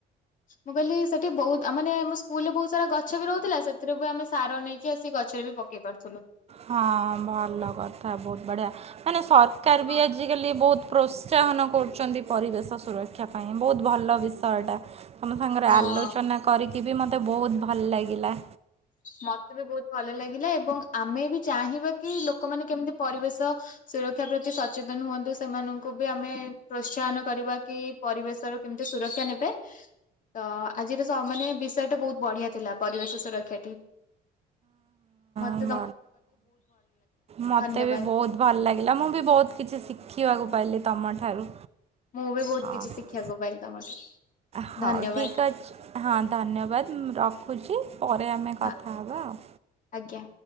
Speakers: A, on the left (about 50°); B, on the right (about 40°).
A: ମୁଁ କହିଲି ସେଠି ବହୁତ ମାନେ ମୋ ସ୍କୁଲ ରେ ବହୁତ ସାରା ଗଛ ଗଛ ବି ରହୁଥିଲା ସେଥିରେ ବି ଆମେ ସାର ନେଇକି ଆସି ଗଛରେ ବି ପକେଇ ପାରୁଥିଲୁ।
B: ହଁ ଭଲ କଥା ବହୁତ ବଢିଆ ମାନେ ସରକାର
A: ହଁ
B: ବି ଆଜିକାଲି ବହୁତ ପ୍ରୋତ୍ସାହନ କରୁଛନ୍ତି ପରିବେଶ ସୁରକ୍ଷା ପାଇଁ ବହୁତ ଭଲ ବିଷୟଟା ଆମ ସାଙ୍ଗରେ
A: ହଁ।
B: ଆଲୋଚନା କରି <unintelligible> ମୋତେ ବହୁତ ଭଲ ଲାଗିଲା।
A: ମତେ ବି ବହୁତ ଭଲ ଲାଗିଲା ଏବଂ ଆମେ ବି ଚାହିଁବା କି ଲୋକମାନେ କେମିତି ପରିବେଶ ସୁରକ୍ଷା ପ୍ରତି ସଚେତନ ହୁଅନ୍ତୁ ସେମାନଙ୍କୁ ବି ଆମେ ପ୍ରୋତ୍ସାହନ କରିବା କି ପରିବେଶର କେମିତି ସୁରକ୍ଷା ନେବେ ତ ଆଜିର ମ ବିଷୟଟା ବହୁତ ବଢିଆ ଥିଲା ପରିବେଶ ସୁରକ୍ଷାା ମତେ
B: <unintelligible>
A: ବି
B: ମତେ
A: ଧନ୍ୟବାଦ।
B: ବି ବହୁତ ଭଲ ଲାଗିଲା ମୁଁ ବି ବହୁତ କିଛି ଶିଖି ସିଖିଇବାକୁ ପାଇଲି ତମଠାରୁ
A: ମୁଁ ବି ବହୁତ
B: ହଁ
A: କିଛି ଶିଖିଆକୁ ପାଇଲି ତମଠୁ।
B: ହଉ
A: ଧନ୍ୟବାଦ
B: ଠିକ୍ ଅଛି ହଁ ଧନ୍ୟବାଦ ମୁଁ ରଖୁଛି ପରେ ଆମେ
A: ହଁ
B: କଥା ହବା ଆଉ।
A: ଆଜ୍ଞା।